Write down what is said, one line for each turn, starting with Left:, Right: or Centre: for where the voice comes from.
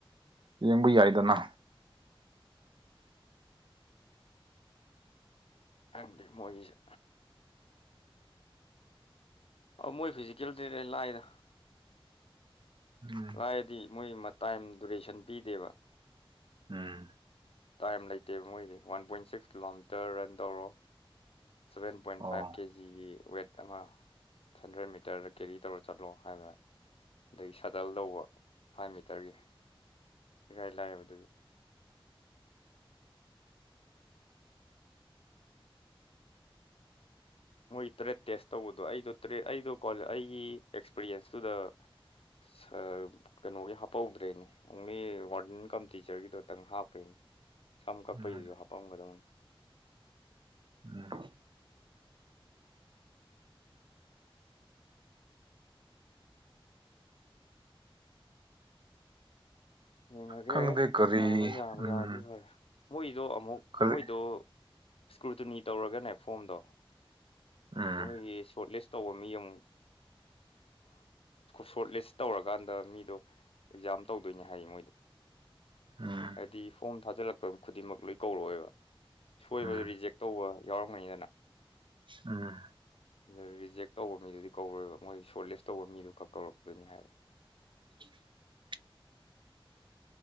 Right: ꯌꯦꯡꯕ ꯌꯥꯏꯗꯅ
Left: ꯈꯪꯗꯦ ꯃꯣꯏꯒꯤꯁꯦ ꯑ ꯃꯣꯏ ꯐꯤꯖꯤꯀꯦꯜꯗꯤꯅꯦ ꯂꯥꯏꯗ
Right: ꯎꯝ
Left: ꯂꯥꯏꯑꯦꯗꯤ ꯃꯣꯏ ꯃꯇꯥꯏ ꯗꯨꯔꯦꯁꯟ ꯄꯤꯗꯦꯕ
Right: ꯎꯝ
Left: ꯇꯥꯏꯝ ꯂꯩꯇꯦꯕ ꯃꯣꯏꯗꯤ one point six kilometre run ꯇꯧꯔꯣ ꯁꯚꯦꯟ ꯄꯣꯏꯟ
Right: ꯑꯣ
Left: ꯐꯥꯏꯚ ꯀꯦꯖꯤꯒꯤ ꯋꯦꯠ ꯑꯃ ꯍꯟꯗ꯭ꯔꯦꯠ ꯃꯤꯇꯔꯗ ꯀꯦꯔꯤ ꯇꯧꯔ ꯆꯠꯂꯣ ꯍꯥꯏꯕ ꯑꯗꯒꯤ ꯁꯠ ꯇꯜ ꯂꯧꯕ ꯐꯥꯏꯚ ꯃꯤꯇꯔꯒꯤ ꯏꯔꯥꯏ ꯂꯥꯏꯕ ꯑꯗꯨꯗꯤ ꯃꯣꯏ ꯇꯔꯦꯠ ꯇꯦꯁ ꯇꯧꯕꯗꯣ ꯑꯩꯗꯣ ꯇꯔꯦꯠ ꯑꯩꯗꯣ ꯀ꯭ꯋꯥꯜ ꯑꯩꯒꯤ ꯑꯦꯛꯁꯄꯤꯔ꯭ꯌꯦꯟꯁꯇꯨꯗ <unintelligible> ꯀꯩꯅꯣꯒꯤ ꯍꯥꯞꯄꯧꯗ꯭ꯔꯦꯅꯦ ꯑꯣꯡꯂꯤ ꯋꯥꯔꯗꯟ ꯀꯝ ꯇꯤꯆꯔꯒꯤꯗꯣꯇꯪ ꯍꯥꯞꯈ꯭ꯔꯦ ꯁꯝ ꯀꯛꯄꯩꯗꯨꯁꯨ
Right: ꯎꯝ
Left: ꯍꯥꯄꯝꯒꯗꯕꯅꯤ
Right: <inaudible>
Left: ꯌꯦꯡꯉꯒꯦ
Right: ꯈꯪꯗꯦ ꯀꯔꯤ
Left: ꯊꯥꯕ ꯌꯥꯕꯨ
Right: ꯎꯝ
Left: ꯌꯥꯔꯗꯤ ꯍꯣꯏ ꯃꯣꯏꯗꯣ ꯑꯃꯨꯛ
Right: ꯀꯔꯤ
Left: ꯃꯣꯏꯗꯣ ꯏꯁꯀ꯭ꯔꯨꯇꯨꯅꯤ ꯇꯧꯔꯒꯅꯦ ꯐꯣꯝꯗꯣ
Right: ꯎꯝ
Left: ꯃꯣꯏꯒꯤ ꯁꯣꯔꯠ ꯂꯤꯁ ꯇꯧꯕ ꯃꯤ ꯑꯃꯨꯛ ꯁꯣꯔꯠ ꯂꯤꯁ ꯇꯧꯔꯀꯥꯟꯗ ꯃꯤꯗꯣ ꯑꯦꯛꯖꯥꯝ ꯇꯧꯗꯣꯏꯅꯦ ꯍꯥꯏ ꯃꯣꯏꯗ
Right: ꯎꯝ
Left: ꯍꯥꯏꯕꯗꯤ ꯐꯣꯝ ꯊꯥꯖꯤꯜꯂꯛꯄ ꯈꯨꯗꯤꯡꯃꯛ ꯂꯣꯏ ꯀꯧꯔꯛꯑꯣꯏꯕ ꯁꯣꯏꯕꯗꯨ
Right: ꯎꯝ
Left: ꯔꯤꯖꯦꯛ ꯇꯧꯕ ꯌꯥꯎꯔꯝꯒꯅꯤꯗꯅ
Right: ꯎꯝ
Left: ꯑꯗꯨ ꯔꯤꯖꯦꯛ ꯇꯧꯕ ꯃꯤꯗꯨꯗꯤ ꯀꯧꯔꯣꯏꯕ ꯃꯣꯏ ꯁꯣꯔꯠ ꯂꯤꯁ ꯇꯧꯕ ꯃꯤꯗꯨꯈꯛ ꯀꯧꯔꯛꯇꯣꯏꯅꯤ ꯍꯥꯏꯕ
Right: <inaudible>